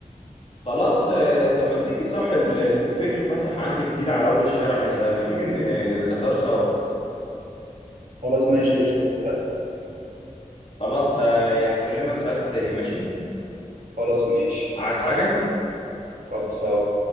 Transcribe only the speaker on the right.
خلاص ماشي قشطة اتفقنا
خلاص ماشي
خلاص